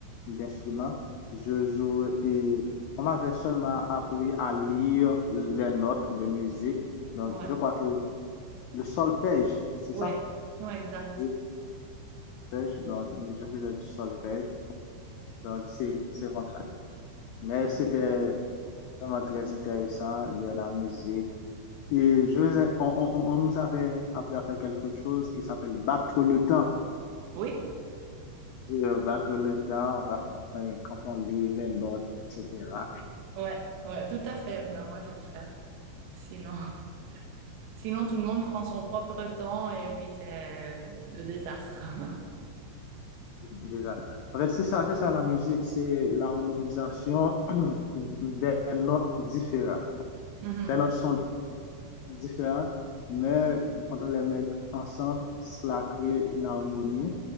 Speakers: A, on the left; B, on the right.
A: d'instrument. Je jouais et on m'avait seulement appris à lire les notes de musique. Donc,
B: Ouais.
A: je crois que le solfège, c'est
B: Ouais.
A: ça?
B: Ouais, exact.
A: Oui. Solfège, donc, je faisais du solfège. Donc, c'est, c'est comme ça. Mais
B: Oui.
A: c'était vraiment très intéressant, lire la musique. Et je, vous ai- on, on, on nous avait appris à faire quelque chose qui s'appelle battre le temps.
B: Oui.
A: Euh, battre le temps, enfin, euh, quand on lit les notes, etc.
B: Ouais. Ouais, tout à fait. Ben ouais, faut faire. Sinon, <laughs> sinon tout le monde prend son propre temps et puis c'est euh, le désastre. <laughs>
A: Déjà. En fait, c'est ça, c'est ça la musique, c'est l'harmonisation <clears throat> des notes différentes.
B: Mhm.
A: Les notes sont différentes, mais quand on les met ensemble, cela crée une harmonie